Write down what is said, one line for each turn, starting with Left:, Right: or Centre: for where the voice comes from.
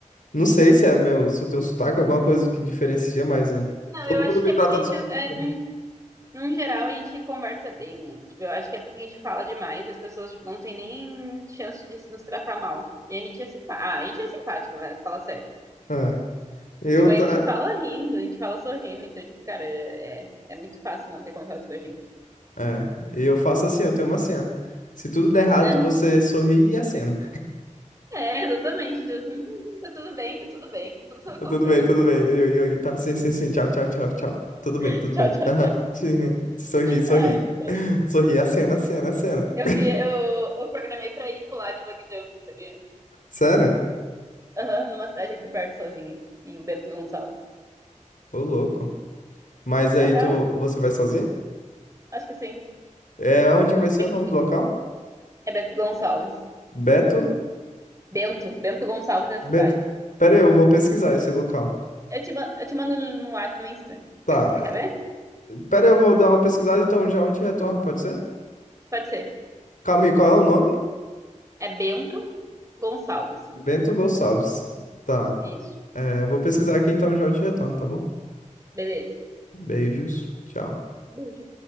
Left: Não sei se é meu, se eu tenho sotaque, alguma coisa que diferencia, mas é,
Right: Não,
Left: todo
Right: eu acho
Left: mundo
Right: que
Left: me
Right: é
Left: trata
Right: porque a gente,
Left: super
Right: é,
Left: bem.
Right: num, num geral, a gente conversa bem, né? Tipo, eu acho que é porque a gente fala demais e as pessoas, tipo, não tem nem chance de se nos tratar mal. E a gente é simpático. Ah, a gente é simpático, velho, fala sério.
Left: É, eu
Right: Tipo, a
Left: tá,
Right: gente fala rindo, a gente fala sorrindo, então, tipo, cara, é, é muito fácil manter contato com a gente.
Left: é, eu faço assim, eu tenho uma cena. Se tudo der errado,
Right: <laughs>
Left: você sorri e acena.
Right: É, exatamente, tipo assim, "Hum, tá tudo bem, tá tudo bem, tudo sob controle.
Left: Tudo bem, tudo bem. Oi, oi, oi. Tá, sim, sim, sim. Tchau, tchau, tchau. tchau. Tudo bem,
Right: <laughs>
Left: tudo
Right: Tchau,
Left: bem.
Right: tchau.
Left: Aham. Sim. Sorri, sorri.
Right: Ai, que bad.
Left: <laughs> Sorri, a cena, a cena, a cena.
Right: Eu queria, eu, eu programei pra ir pular de bug jumping, sabia?
Left: Sério?
Right: Aham, numa cidade aqui perto sozinha, em Bento Gonçalves.
Left: Ô, louco. Mas aí
Right: Na real,
Left: tu, você vai sozinho?
Right: acho que sim.
Left: É, onde que vai ser
Right: Bento-
Left: o nome do local?
Right: é Bento Gonçalves.
Left: Beto?
Right: Bento, Bento Gonçalves é a
Left: Beto.
Right: cidade.
Left: Pera aí, eu vou pesquisar esse local.
Right: Eu te, ma- eu te mando no, no, Whats- no Insta.
Left: Tá.
Right: Quer, quer ver?
Left: Pera aí, eu vou dar uma pesquisada, então já eu te retorno, pode ser?
Right: Pode ser.
Left: Calma aí, qual é o nome?
Right: É Bento Gonçalves.
Left: Bento Gonçalves. Tá.
Right: Isso.
Left: É, eu vou pesquisar aqui, então já eu te retorno, tá bom?
Right: Beleza.
Left: Beijos. Tchau.
Right: Beijo.